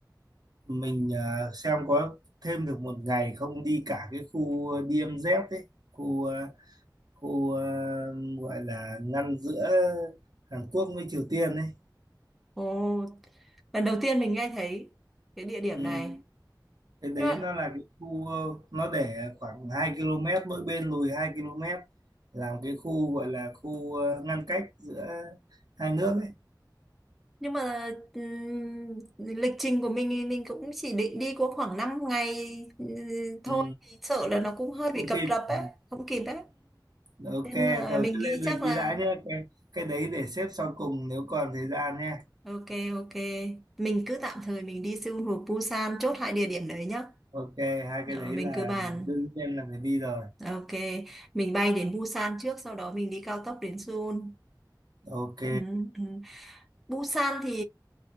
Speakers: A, on the right; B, in the centre.
A: mình ờ, xem có thêm được một ngày không đi cả cái khu DMZ ấy khu ờ, khu ờ, gọi là ngăn giữa Hàn Quốc với Triều Tiên ấy
B: Ồ, lần đầu tiên mình nghe thấy cái địa điểm
A: ừ.
B: này.
A: cái đấy
B: Nhưng mà,
A: nó là cái khu ờ, nó để khoảng 2 km mỗi bên lùi 2 km làm cái khu gọi là khu ờ, ngăn cách giữa hai nước ấy
B: nhưng mà ừm, lịch trình của mình thì mình cũng chỉ định đi có khoảng 5 ngày ừ, thôi.
A: ừ.
B: Thì sợ là nó cũng hơi bị
A: không
B: cập
A: kịp
B: rập
A: Ừ.
B: ấy, không kịp ấy.
A: Ừ, ok
B: Nên là
A: rồi
B: mình
A: cứ
B: nghĩ
A: lên lịch
B: chắc là
A: đi đã nhé cái cái đấy để xếp sau cùng nếu còn thời gian nhé
B: ok ok. Mình cứ tạm thời mình đi Seoul rồi Busan chốt hai địa điểm đấy nhá.
A: ok hai cái
B: Ờ,
A: đấy
B: mình
A: là
B: cứ bàn
A: đương nhiên là phải đi rồi
B: Ok, mình bay đến Busan trước, sau đó mình đi cao tốc đến Seoul.
A: ok
B: Ừ, ừ. Busan thì